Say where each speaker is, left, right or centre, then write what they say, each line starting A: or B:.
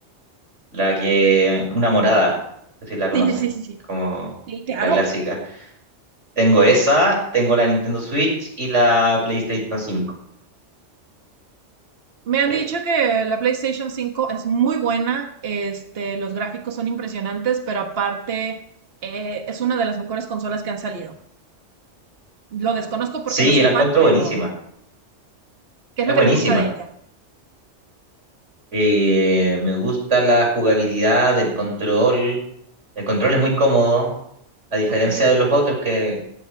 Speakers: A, on the right (about 80°); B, on the right (about 55°).
A: la que, una morada, no sé si la conoces,
B: Sí, sí, sí, sí,
A: como
B: sí, claro.
A: la clásica. Tengo esa, tengo la Nintendo Switch y la PlayStation 5.
B: Me han
A: Eh,
B: dicho que la PlayStation cinco es muy buena, este, los gráficos son impresionantes, pero aparte eh, es una de las mejores consolas que han salido. Lo desconozco
A: Sí,
B: porque no soy
A: yo la
B: fan,
A: encuentro
B: pero
A: buenísima.
B: ¿qué es
A: Es
B: lo
A: buenísima.
B: que te gusta de ella?
A: Eh, me gusta la jugabilidad, el control. El control es muy cómodo. A diferencia
B: Ok.
A: de los otros, que al